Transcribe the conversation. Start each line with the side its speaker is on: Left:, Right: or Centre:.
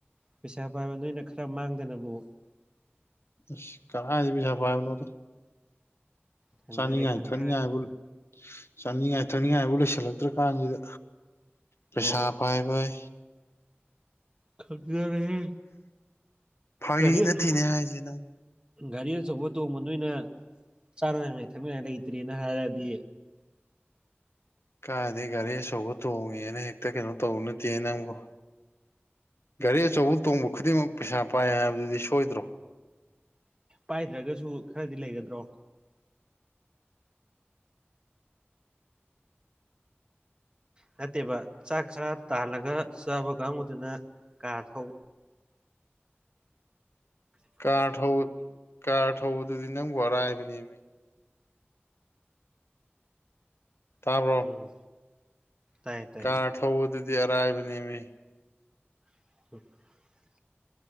Right: ꯄꯩꯁꯥ ꯄꯥꯏꯕ ꯅꯣꯏꯅ ꯈꯔ ꯃꯥꯡꯗꯅꯕꯨ
Left: ꯑꯁ ꯀꯔꯥꯏꯗꯩ ꯄꯩꯁꯥ ꯄꯥꯏꯕꯅꯣꯗ
Right: ꯈꯪꯖꯔꯦ
Left: ꯆꯥꯅꯤꯡꯉꯥꯏ
Right: ꯈꯪꯖꯔꯦ
Left: ꯊꯛꯅꯤꯡꯉꯥꯏꯕꯨ ꯆꯥꯅꯤꯡꯉꯥꯏ ꯊꯛꯅꯤꯡꯉꯥꯏꯕꯨ ꯂꯩꯁꯜꯂꯛꯇ꯭ꯔ ꯀꯥꯟꯁꯤꯗ ꯄꯩꯁꯥ
Right: ꯑꯣ
Left: ꯄꯥꯏꯕꯌꯦ
Right: ꯈꯪꯖꯔꯦꯍꯦ
Left: ꯐꯥꯒꯤ
Right: ꯒꯥꯔꯤ ꯑꯆꯧꯕ
Left: ꯅꯠꯇꯦꯅꯦ ꯍꯥꯏꯁꯦ ꯅꯪ
Right: ꯒꯥꯔꯤ ꯑꯆꯧꯕ ꯇꯣꯡꯕ ꯅꯣꯏꯅ ꯆꯥꯅꯤꯡꯉꯥꯏ ꯊꯛꯅꯤꯡꯉꯥꯏ ꯂꯩꯇ꯭ꯔꯦꯅ ꯍꯥꯏꯔꯗꯤ
Left: ꯀꯥꯏꯗꯒꯤ ꯒꯥꯔꯤ ꯑꯆꯧꯕ ꯇꯣꯡꯉꯦꯅ ꯍꯦꯛꯇ ꯀꯩꯅꯣ ꯇꯧꯕ ꯅꯠꯇꯦꯅꯦ ꯅꯪꯕꯣ ꯒꯥꯔꯤ ꯑꯆꯧꯕ ꯇꯣꯡꯕ ꯈꯨꯗꯤꯡꯃꯛ ꯄꯩꯁꯥ ꯄꯥꯏ ꯍꯥꯏꯕꯗꯨꯗꯤ ꯁꯣꯏꯗ꯭ꯔꯣ
Right: ꯄꯥꯏꯗ꯭ꯔꯒꯁꯨ ꯈꯔꯗꯤ ꯂꯩꯒꯗ꯭ꯔꯣ ꯅꯠꯇꯦꯕ ꯆꯥꯛ ꯆꯔꯥ ꯇꯥꯜꯂꯒ ꯆꯥꯕ ꯀꯥꯡꯕꯨꯨꯗꯨꯅ ꯀꯥꯔ ꯊꯧ
Left: ꯀꯥꯔ ꯊꯧ ꯀꯥꯔ ꯊꯧꯕꯗꯨꯗꯤ ꯅꯪꯕꯨ ꯑꯔꯥꯏꯕꯅꯦꯃꯤ ꯇꯥꯕ꯭ꯔꯣ
Right: ꯎꯝ ꯇꯥꯏ ꯇꯥꯏ
Left: ꯀꯥꯔ ꯊꯧꯕꯗꯨꯗꯤ ꯑꯔꯥꯏꯕꯅꯦꯃꯤ
Right: <unintelligible>